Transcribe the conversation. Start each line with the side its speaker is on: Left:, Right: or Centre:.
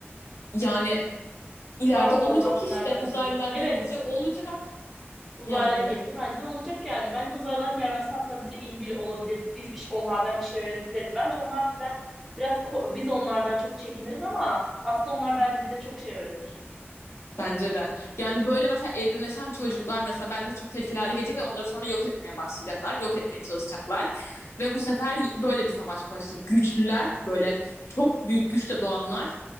Left: Yani ileride
Centre: Var olmadan
Left: olacak
Centre: aslında
Left: işte
Centre: nereden
Left: uzaylılar
Centre: biliriz? Evet
Left: gelince olacak
Centre: uzaylılar
Left: yani.
Centre: gelince bence de olacak yani. Bence uzaylıların gelmesi hatta bize iyi biri olabilir. Biz bir, şey- onlardan bir şey öğrenebiliriz. Bence onlar bizden biraz ko- biz onlardan çok çekiniriz ama aslında onlar bence bize çok şey öğretir.
Left: Bence de. Yani böyle mesela evrimleşen çocuklar mesela bence çok tehlikeli hale gelecek ve onları sonra yok etmeye başlayacaklar. Yok etmeye çalışacaklar. Ve bu sefer böyle bir savaş başlayacak. Güçlüler, böyle çok büyük güçle doğanlar